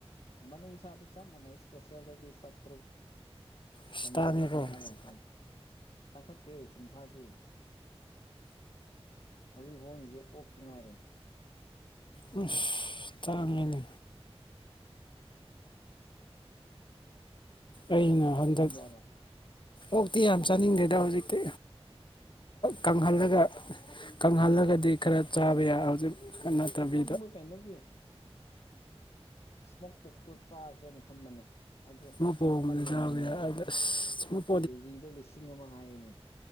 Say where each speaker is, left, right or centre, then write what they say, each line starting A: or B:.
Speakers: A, on the left (about 65°); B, on the left (about 50°).
A: ꯃꯅꯨꯡꯅꯨꯡꯁꯥꯁꯨ ꯆꯞ ꯃꯥꯟꯅꯩ ꯏꯁꯄꯦꯁꯦꯜꯗꯗꯤ ꯆꯥꯇ꯭ꯔꯨꯛ
B: ꯑꯁ
A: ꯆꯥꯃ꯭ꯔꯤꯌꯥꯡ
B: ꯇꯥꯡꯉꯦꯀꯣ
A: ꯆꯥꯝꯉ꯭ꯋꯥ
B: ꯑꯁ
A: ꯌꯥꯡꯈꯩ ꯇꯥꯡꯈꯠꯈ꯭ꯔꯦ ꯁꯟꯁꯥꯁꯨ ꯍꯧꯖꯤꯛ ꯍꯣꯡꯉꯤꯁꯦ ꯑꯣꯛꯇ ꯉꯥꯏꯔꯦ
B: ꯑꯨꯁ ꯇꯥꯡꯉꯦꯅꯦ ꯑꯩꯅ
A: ꯑꯣꯛ ꯆꯥꯅꯤꯡꯕ꯭ꯔꯕ
B: ꯍꯟꯗꯛ ꯑꯣꯛꯇꯤ ꯌꯥꯝ ꯆꯥꯅꯤꯡꯗꯦꯗ ꯍꯧꯖꯤꯛꯇꯤ
A: ꯑꯣꯛ
B: ꯀꯪꯍꯜꯂꯒ
A: ꯍꯥꯎꯇꯕꯅꯤ
B: ꯀꯪꯍꯜꯂꯒꯗꯤ ꯈꯔ ꯆꯥꯕ ꯌꯥ ꯍꯧꯖꯤꯛ ꯅꯠꯇꯕꯤ
A: ꯈꯪꯕ ꯀꯩꯅꯣꯒꯤ ꯏꯁꯃꯣꯛ ꯄꯣꯛꯇꯣ ꯆꯥꯁꯦꯅ ꯈꯟꯕꯅꯦ ꯑꯗꯨ
B: ꯃꯄꯣꯒꯨꯝꯕꯗ
A: ꯇꯥꯡꯃꯜꯂꯦꯅꯦ
B: ꯆꯥꯕ
A: ꯃꯣꯏꯗꯣ
B: ꯌꯥꯏ ꯑꯗ ꯑꯁ ꯁ꯭ꯃꯨꯠ
A: ꯀꯦꯖꯤꯗ ꯂꯤꯁꯤꯡ ꯑꯃ ꯍꯥꯏꯅꯦ